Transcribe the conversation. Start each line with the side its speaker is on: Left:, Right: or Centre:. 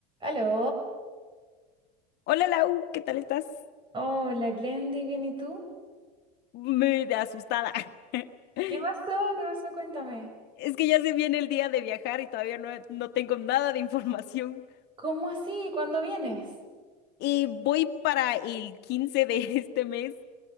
Right: ¿Aló?
Left: Hola Lau, ¿qué tal estás?
Right: Hola, Glendy, ¿bien y tú?
Left: Me de asustada. <laughs>
Right: ¿Qué pasó? ¿Qué pasó? Cuéntame.
Left: Es que ya se viene el día de viajar y todavía no, no tengo nada de información.
Right: ¿Cómo así? ¿Cuándo vienes?
Left: Y voy para el 15 de <laughs> este mes,